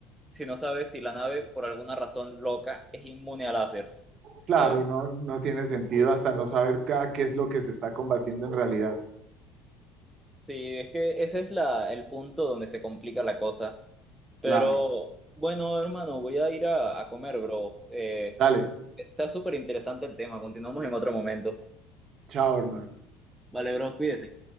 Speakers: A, in the centre; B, on the right (about 40°).
A: si no sabes si la nave, por alguna razón loca, es inmune a láseres, ¿sabes?
B: claro, no, no tiene sentido hasta no saber ca- qué es lo que se está combatiendo en realidad.
A: Sí, es que ese es la, el punto donde se complica la cosa. Pero
B: Claro.
A: bueno, hermano, voy a ir a, a comer, bro. Eh,
B: Dale,
A: está súper interesante el tema. Continuamos en otro momento.
B: chao, hermano.
A: Vale, bro, cuídese.